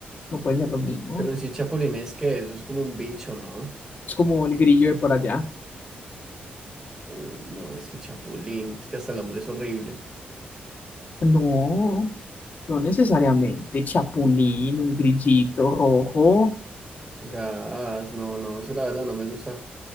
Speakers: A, on the left; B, on the right.
A: No puede ser lo mismo.
B: Pero en sí, Chapulín es que eso es como un bicho, ¿no?
A: Es como el grillo de por allá.
B: Uy, no, es que Chapulín. Es que hasta el hombre es horrible.
A: No, no necesariamente. Chapulín, un grillito rojo.
B: Gas, no, no, eso la verdad no me gusta,